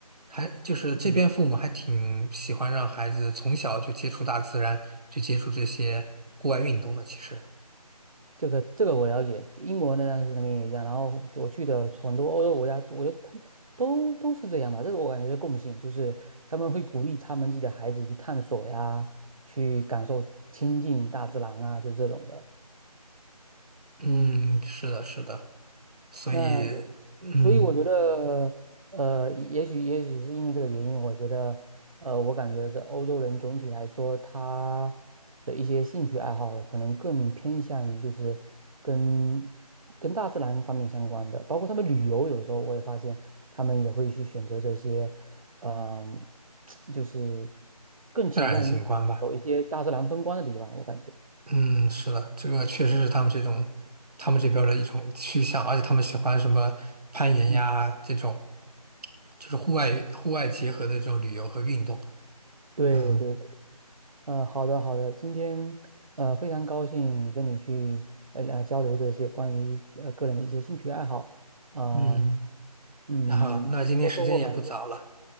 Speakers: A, on the right; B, on the right.
A: 还就是这边父母还挺喜欢让孩子从小就接触大自然，
B: 嗯，
A: 去接触这些户外运动的，其实，
B: 这个这个我了解，英国那当时那边也一样，然后我去的很多欧洲国家，我觉得他们都都是这样吧，这个我感觉是共性，就是他们会鼓励他们自己的孩子去探索呀，去感受亲近大自然啊，就是这种的。
A: 嗯，是的，是的，所以，
B: 那
A: 嗯，
B: 所以我觉得，呃，也许也许是因为这个原因，我觉得，呃，我感觉这欧洲人总体来说，他的一些兴趣爱好可能更偏向于就是跟跟大自然方面相关的，包括他们旅游，有时候我也发现他们也会去选择这些，嗯、<tsk> 就是更倾向于走一些大自然风光的地方，
A: 自然景观吧。
B: 我感觉，
A: 嗯，是的，这个确实是他们这种，他们这边儿的一种趋向，而且他们喜欢什么攀岩呀这种，
B: 嗯，
A: 就是户外户外结合的这种旅游和运动。
B: 对对。
A: 嗯
B: 呃，好的，好的，今天呃非常高兴跟你去呃呃交流这些关于呃个人的一些兴趣爱好，啊
A: 嗯，
B: 嗯，
A: 然后那今天时间也不早了，
B: 我收获蛮多，